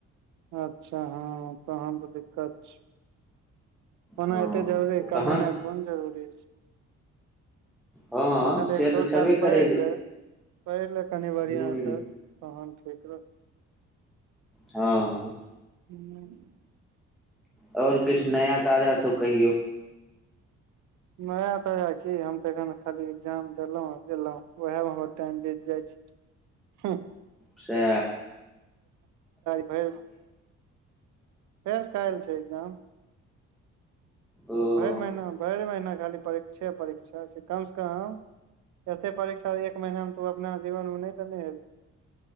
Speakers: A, on the right; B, in the centre.
A: अच्छा हँ तहन तऽ दिक्कत छै कोना
B: हँ
A: एते जरूरी कमेनाइ
B: तहन
A: कोन जरूरी
B: हँ
A: एखन
B: से
A: एक दो
B: तऽ छेबे
A: साल पढ़ि
B: करै जे
A: लेब पहिले कनि बढ़िआँसँ
B: ह्म
A: तहन ठीक रहै
B: हँ
A: हुँ
B: और किछ नया ताजा सब कहियौ
A: माता की हम तऽ एखन खाली एग्जाम देलहुँ एहुँ उएहमे हमर टाइम बीत जाइ छै। हँ
B: से
A: भऽ फेर काल्हि छै एग्जाम
B: ओ
A: भरि महीना भरि महीना खाली परीक्षे परीक्षा कम से कम एते परीक्षा एक महीना मे तू अपना जीवन मे नहि तऽ हभी